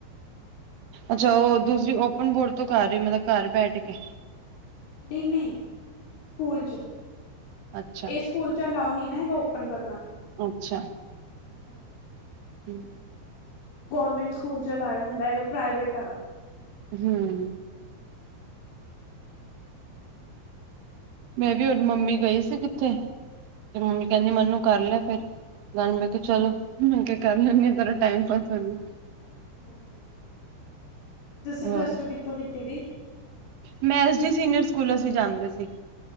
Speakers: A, on the right (about 80°); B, on the left (about 90°).
A: ਅੱਛਾ ਉਹ ਦੂਸਰੀ, ਓਪਨ ਬੋਰਡ ਤੋਂ ਕਰ ਰਹੇ, ਮਤਲਬ ਘਰ ਬੈਠ ਕੇ।
B: ਨਹੀਂ-ਨਹੀਂ, ਸਕੂਲ ਚ,
A: ਅੱਛਾ
B: ਇਹ ਸਕੂਲ ਚੱਲ ਆਓ ਨਹੀਂ ਨਾ ਰੋਪਨ ਕਰਨਾ।
A: ਅੱਛਾ।
B: ਹਾਂਜੀ।
A: ਹੁਂ
B: ਗੌਰਮੈਂਟ ਸਕੂਲ 'ਚ ਲਾਇਆ ਹੁੰਦਾ ਹੈ, ਏ ਪ੍ਰਾਈਵੇਟ ਆ।
A: ਹੁਂ। ਮੈਂ ਵੀ ਮੰਮੀ ਗਈ ਸੀ ਕਿੱਥੇ, ਤੇ ਮੰਮੀ ਕਹਿੰਦੀ ਮੈਨੂੰ ਕਰ ਲੈ ਫਿਰ। ਗੱਲ ਮੈਂ ਕਿਹਾ ਚਲੋ, ਮੈਂ ਕਿਹਾ ਕਰ ਲੈਂਦੀ ਆ, ਤੇਰਾ ਟਾਈਮ ਪਾਸ ਹੋਜੇ।
B: ਹਾਂਜੀ-ਹਾਂਜੀ। ਤੁਸੀਂ ਪਲੱਸ-ਟੂ
A: ਹੋਰ
B: ਕਿੱਥੋਂ ਕੀਤੀ ਦੀ?
A: ਮੈਂ ਐਸ ਡੀ ਸੀਨੀਅਰ ਸਕੂਲ, ਅਸੀਂ ਜਾਂਦੇ ਸੀ।